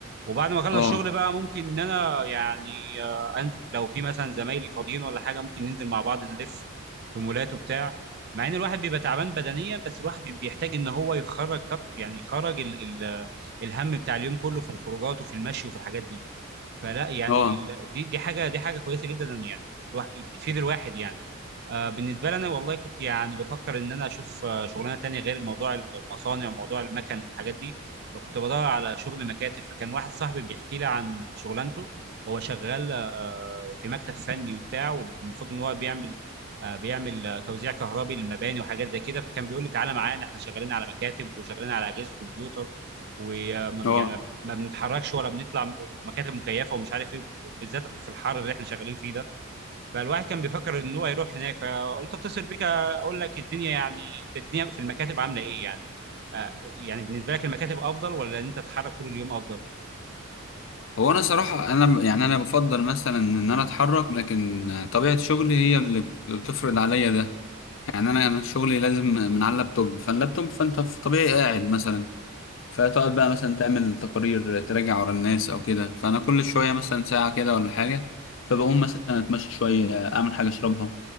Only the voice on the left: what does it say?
اه
اه
اه
هو انا صراحه انا يعني انا بفضل مثلا ان انا اتحرك لكن طبيعه شغلي هي اللي بتفرض عليا ده يعني انا أنا شغلي لازم من على اللابتوب فاللابتوب فانت في طبيعي قاعد مثلا فتقعد بقى مثلا تعمل تقارير تراجع ورا الناس او كده فانا كل شويه مثلا ساعه كده ولا حاجه فبقوم مثلا اتمشى شويه اعمل حاجه اشربها